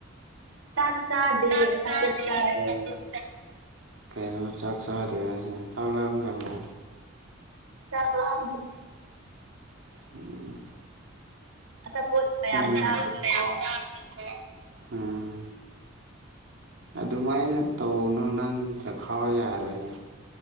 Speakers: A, on the right (about 85°); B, on the right (about 60°).
A: ꯆꯥꯛ ꯆꯗꯦ
B: ꯆꯥꯛ
A: ꯑꯆꯥꯄꯣꯠ
B: ꯆꯥꯗꯦ
A: ꯆꯥꯑꯦ
B: ꯑꯆꯥꯄꯣꯠ ꯀꯩꯅꯣ ꯆꯥꯛ ꯆꯥꯗꯦ ꯍꯥꯢꯁꯤ ꯆꯥꯛ ꯂꯥꯝꯗꯕꯔꯣ
A: ꯆꯥꯛ ꯂꯥꯝꯗꯦ
B: ꯎꯝ <unintelligible>
A: ꯑꯆꯥꯄꯣꯠ ꯃꯌꯥꯝ
B: ꯅꯪ
A: ꯆꯥꯕꯒꯤꯀꯣ
B: ꯑꯆꯥꯄꯣꯠ ꯃꯌꯥꯝ ꯆꯥꯕꯒꯤꯀꯣ ꯎꯝ ꯑꯗꯨꯃꯥꯏꯅ ꯇꯧꯒꯅꯣ ꯅꯪ ꯆꯈꯥꯎ ꯌꯥꯔꯣꯏꯌꯦ